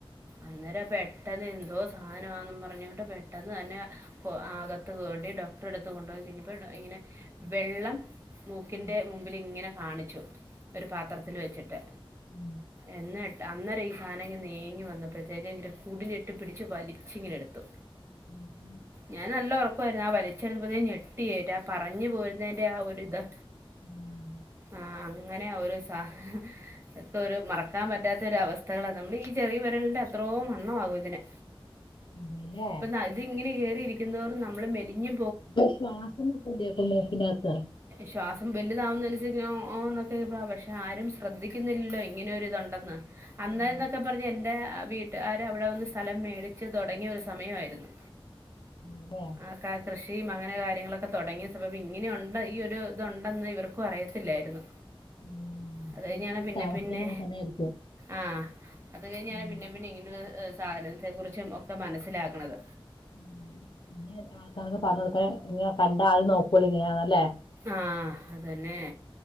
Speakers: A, on the right; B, on the left.
A: അന്നേരം ട്ടെന്ന് എന്തോ സാനവാന്നും പറഞ്ഞൊണ്ട് പെട്ടെന്ന് തന്നെ അകത്ത് കൂട്ടി ഡോക്ട്റെ എടുത്ത് കൊണ്ടോയി കഴിഞ്ഞ്പ്പോ ഇങ്ങനെ വെള്ളം മൂക്കിന്റെ
B: ഉം
A: മുമ്പിലിങ്ങനെ കാണിച്ചു ഒരു പാത്രത്തില് വെച്ചിട്ട്
B: ഉം
A: എന്നിട്ട അന്നെരം ഈ സാനങ്ങ് നീങ്ങി വന്നപ്പഴത്തേക്ക്ങ്കില് കുടിലിട്ടു പിടിച്ച് വലിച്ചിങ്ങനെടുത്തു
B: ഉം
A: ഞാൻ നല്ല ഒറക്കൊയിരുന്നു ആ വലിച്ചെടുപ്പത്തെന് ഞെട്ടിഏറ്റ ആ പറഞ്ഞ് പോര്ണേന്റെ ആ ഒരിതാ
B: ഉം.
A: ആഹ അങ്ങനെ ഒരു സ തഹ അക്കോരൊ മറക്കാം പറ്റാത്ത ഒരു അവസ്ഥകളാ നമ്മുടെ ഈ ചെറീ വെരള്ന്റെ അത്രോം മാ മ്മ <inaudible>
B: അതേല്ലേ.
A: ഇപ്പന്ന ഇത്ങ്ങനെ കേറിയിരിക്കും തോറും നമ്മള് മെലിഞ്ഞ്
B: പ്പൊ ശ്വാസംമുട്ടൂലേ മൂക്കിനകത്ത്
A: ശ്വാസം വലുതാവുന്നനസരി <unintelligible> പക്ഷെ ആരും ശ്രദ്ധിക്കുന്നില്ലല്ലോ ഇങ്ങനൊരുത്ണ്ടെന്ന് അന്നേരംന്നൊക്കെ
B: ഉം
A: പറഞ്ഞാ എന്റെ വീട്ട് കാര് അവിടെ വന്ന് സ്ഥലം മേടിച്ച് തൊടങ്ങിയൊരു സമയവായിരുന്ന്
B: അതെ.
A: ആഹ കാല കൃഷിം അങ്ങനെ കാര്യങ്ങളൊക്കെ തുടങ്ങിയ സമയം ഇങ്ങനെയുണ്ട് ഈ ഒരു ഇതുണ്ടെന്ന് ഇവർക്കും അറിയത്തില്ലായിരുന്നു
B: ഉം
A: അത് കഴിഞ്ഞാണ്
B: നീ പോയി
A: പിന്നെ
B: താമസിക്കാൻ
A: പിന്നെ
B: തുടങ്ങിയ സമയായിരിക്കും.
A: ആഹ അത് കഴിഞ്ഞാണ്
B: ഉം
A: പിന്നെ പിന്നെ ഇങ്ങനൊ സാധനത്തെ കുറിച്ചും ഒക്കെ മനസ്സിലാക്ക്ണത്
B: ഉം. ഇനി ആൾക്കാർക്ക് പറഞ്ഞ് കൊടുത്താല് ഇങ്ങ കണ്ടാ അത് നോക്കുല്ലൊ ഇങ്ങനെയാന്ന് അല്ലേ
A: ആഹ് അതന്നെ